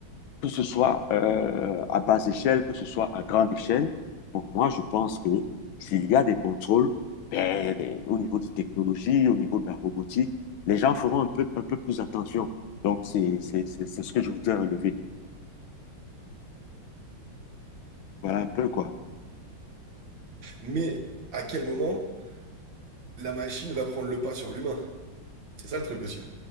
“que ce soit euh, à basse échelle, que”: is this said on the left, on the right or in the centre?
Left